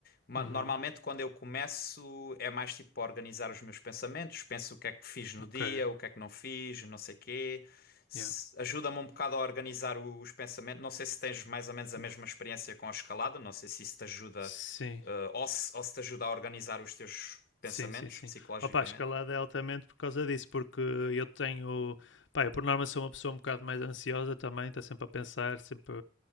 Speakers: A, on the left; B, on the left.
A: Ma-
B: Uhum.
A: Normalmente, quando eu começo, é mais tipo para organizar os meus pensamentos. Penso o que é que fiz no
B: Ok.
A: dia, o que é que não fiz, não sei quê. Se-
B: Yeah.
A: Ajuda-me um bocado a organizar o- os pensamentos. Não sei se tens mais ou menos a
B: Bom.
A: mesma experiência com a escalada, não sei se isso te ajuda,
B: Sim.
A: eh, ou se, ou se te ajuda a organizar os teus pensamentos
B: Sim, sim, sim.
A: psicologicamente.
B: Opa, a escalada é altamente por causa disso, porque eu tenho. Pá, eu por norma sou uma pessoa um bocado mais ansiosa também, está sempre a pensar, sempre,